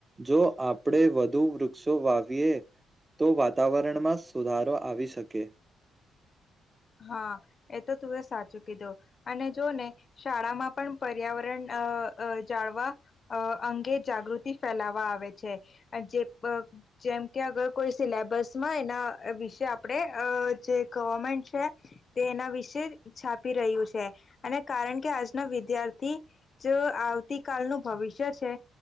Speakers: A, on the right; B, on the left.
A: જો આપણે વધુ વૃક્ષો વાવીએ તો વાતાવરણમાં સુધારો આવી શકે
B: હા એ તો તું એ સાચું કીધું અને જો ને શાળામાં પણ પર્યાવરણ અ અજાળવા અંગે જાગૃતિ ફેલાવા આવે છે જે- જેમ કે અગર કોઈ સિલેબસમાં એના વિશે અ આપડે જે ગવર્મેન્ટ છે તે એના વિશે છાપી રહ્યું છે અને કારણ કે આજના વિદ્યાર્થી તો આવતી કલનું ભવિષ્ય છે